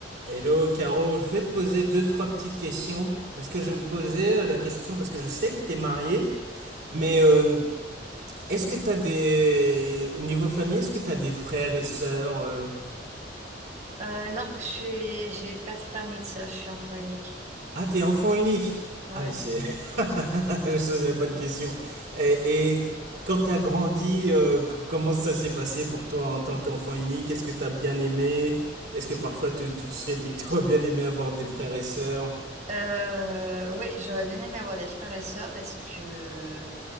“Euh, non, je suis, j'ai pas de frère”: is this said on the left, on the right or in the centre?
Right